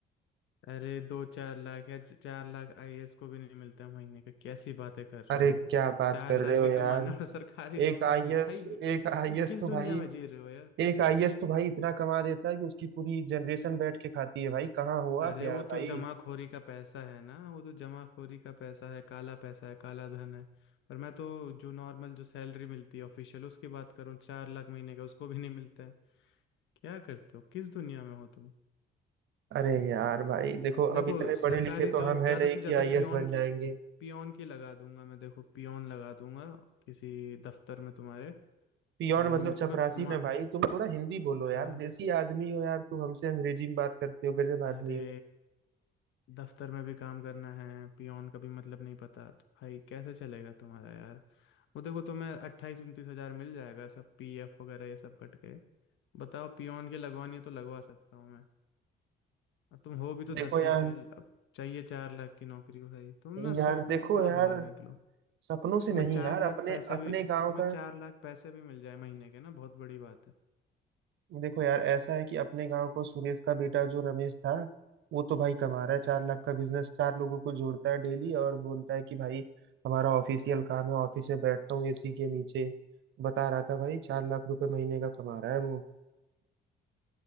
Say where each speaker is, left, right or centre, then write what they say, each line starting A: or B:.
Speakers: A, on the left; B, on the right.
A: अरे दो चार लाख या च- चार लाख आईएएस को भी नहीं मिलता है महीने का कैसी बातें कर रहे
B: अरे
A: हो
B: क्या बात
A: चार
B: कर
A: लाख
B: रहे हो
A: भी
B: यार
A: कमाना और सरकारी नौकरी
B: एक आईएएस
A: भी भाई
B: एक आईएएस
A: तुम किस
B: तो
A: दुनिया
B: भाई
A: में जी रहे हो
B: एक आईएएस तो भाई इतना कमा देता है कि उसकी पूरी जनरेशन बैठ के खाती है भाई कहाँ हो
A: अरे
B: आप यार
A: वो तो
B: भाई
A: जमाखोरी का पैसा है ना वो तो जमाखोरी का पैसा है काला पैसा है काला धन है पर मैं तो जो नॉर्मल जो सैलरी मिलती है ऑफिशियल उसकी बात करूँ चार लाख महीने का उसको भी नहीं मिलता है क्या करते हो किस दुनिया में हो तुम
B: अरे यार भाई देखो
A: देखो
B: अब इतने
A: सरकारी
B: पढ़े लिखे तो
A: जॉब
B: हम
A: ज्यादा
B: है नहीं
A: से ज्यादा
B: कि आईएएस
A: पियोन
B: बन
A: की
B: जाएंगे
A: पियोन की लगा दूंगा मैं देखो पियोन लगा दूंगा किसी दफ्तर में तुम्हारे
B: पियोन
A: और
B: मतलब
A: मैं तुम्हें
B: चपरासी
A: मा,
B: ना भाई तुम थोड़ा हिंदी बोलो
A: हाँ
B: यार देसी आदमी हो यार तुम हमसे अंग्रेजी में बात करते हो गजब
A: अरे
B: आदमी हो
A: दफ्तर में भी काम करना है पियोन का भी मतलब नहीं पता तो भाई कैसे चलेगा तुम्हारा यार वो देखो तुम्हें अट्ठाईस उनतीस हजार मिल जाएगा सब पीएफ वगैरह ये सब कट के बताओ पियोन के लगवानी है तो लगवा सकता हूँ मैं अब तुम हो भी तो दसवीं
B: देखो यार
A: फेल अब चाहिए चार लाख की नौकरी भाई तुम ना
B: यार
A: सपनों
B: देखो
A: से थोड़ा
B: यार
A: बाहर निकलो
B: सपनों से
A: तुम्हें
B: नहीं
A: चार
B: यार
A: लाख
B: अपने
A: पैसे
B: अपने
A: भी
B: गांव
A: तुम्हें
B: का
A: चार लाख पैसे भी मिल जाए महीने के ना बहुत बड़ी बात है
B: देखो यार ऐसा है कि अपने गांव को सुरेश का बेटा जो रमेश था वो तो भाई कमा रहा है चार लाख का बिजनेस चार लोगों को जोड़ता है डेली और बोलता है कि भाई हमारा ऑफिशियल काम है ऑफिस में बैठता हूँ एसी के नीचे बता रहा था भाई चार लाख रुपए महीने का कमा रहा है वो